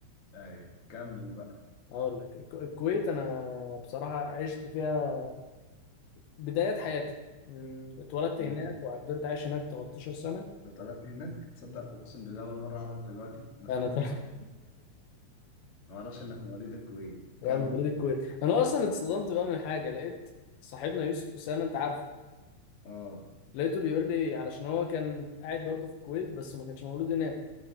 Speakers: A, on the left; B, on the left.
A: ايوه كمل بقى
B: اقول لك الك- الكويت انا بصراحه عشت فيها بدايات حياتي من اتولدت
A: امم
B: هناك وعدلت عايش هناك 13 سنه
A: انت اتولدت هناك تصدق اقسم بالله اول مرة اعرف دلوقتي انا
B: انا
A: فاكرك
B: <laughs>
A: رحت هناك. ما اعرفش انك مواليد الكويت
B: لا
A: كمل
B: انا مواليد الكويت انا اصلا اتصدمت بقى من حاجه لقيت صاحبنا يوسف اسامه انت عارف
A: اه
B: لقيته بيقول لي علشان هو كان قاعد برضه في الكويت بس ما كانش مولود هناك